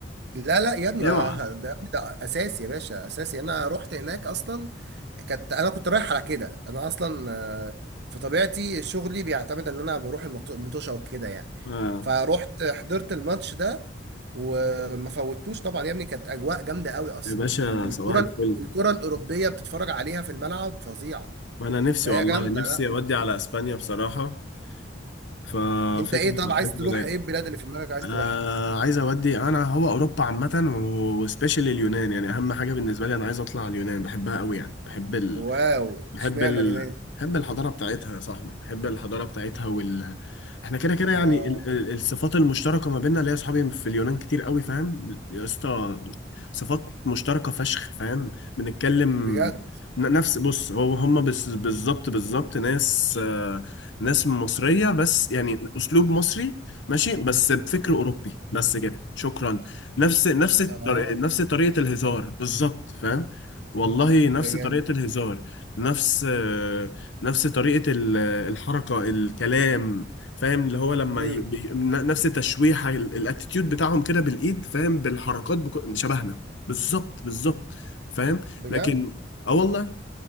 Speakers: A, on the right; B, on the left.
A: لا لا يا ابني ما-
B: اوعى
A: ده يا ابني ده اساسي يا باشا اساسي انا رحت هناك اصلا كانت انا كنت رايح على كده انا اصلا آه، في طبيعتي شغلي بيعتمد ان انا بروح المط- المطوشه وكده يعني
B: آه.
A: فروحت حضرت الماتش ده وما فوتوش طبعا يا ابني كانت اجواء جامده قوي اصلا
B: يا باشا
A: الكره
B: صباح الفل
A: الكره الاوروبيه بتتفرج عليها في الملعب فظيعه
B: ما انا نفسي
A: فهي
B: والله
A: جامده
B: نفسي
A: لا
B: اودي على اسبانيا بصراحة ففكرة
A: انت ايه طب عايز
B: فكرة
A: تروح
B: رايقة
A: ايه البلاد اللي في دماغك عايز تروحها
B: آه عايز اودي انا هو اوروبا عامه وسبيشال اليونان يعني اهم حاجه بالنسبه لي انا عايز اطلع اليونان بحبها قوي يعني بحب
A: واو
B: بحب
A: اشمعنى
B: ال...
A: اليونان
B: بحب الحضارة بتاعتها يا صاحبي بحب الحضارة بتاعتها وال احنا كده كده
A: اه
B: يعني ال... ال- الصفات المشتركة ما بيننا اللي هي اصحابي في اليونان كتير قوي فاهم يا اسطى صفات مشتركة فشخ فاهم بنتكلم
A: بجد
B: ن- نفس بص هو هم بس بالظبط بالظبط ناس آه، ناس مصرية بس يعني أسلوب مصري ماشي بس بفكر
A: مم.
B: أوروبي بس كده شكرا نفس نفس الطر-
A: اه
B: نفس طريقة الهزار بالظبط فاهم والله نفس
A: ده جامد
B: طريقة الهزار نفس نفس طريقة ال- الحركة الكلام فاهم اللي هو لما
A: امم
B: ي... بي- ن- نفس التشويحة ال- الاتيتيود بتاعهم كده بالإيد فاهم بالحركات بك... شبهنا بالظبط بالظبط فاهم
A: بجد
B: لكن اه والله